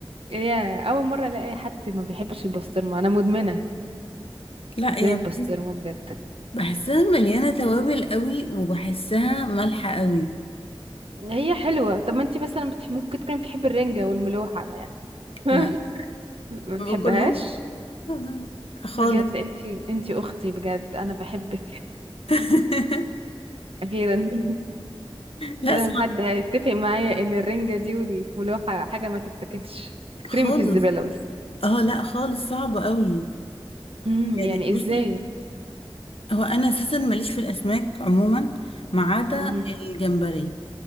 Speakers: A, on the right; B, on the left.
A: يا اول مرة الاقي حد ما بيحبش البسطرمة انا مدمنة
B: لا
A: بنت
B: يا بحس...
A: بسطرمة بجد
B: بحسها مليانه توابل قوي وبحسها مالحه قوي
A: هي حلوة طب ما انتي مثلا بتح... ممكن تكوني بتحبي الرنجة والملوحة ما يعني <laughs>
B: لا
A: ما بتحبهاش
B: ما باكلهمش لا، لا، لا، خالص
A: بجد انتي انتي اختي بجد انا بحبك
B: <laughs>
A: اخيرا <laughs>
B: لا
A: اخيرا
B: صعب
A: حد هيتفق معايا ان الرنجة دي والملوحة حاجة ما تتاكلش تترمي
B: خالص
A: في الزبالة بس
B: اه لا خالص صعب قوي
A: امم
B: يعني
A: يعني
B: بصي
A: ازاي
B: هو انا اساسا ماليش في الاسماك عموما ما عدا
A: مهم.
B: الجمبري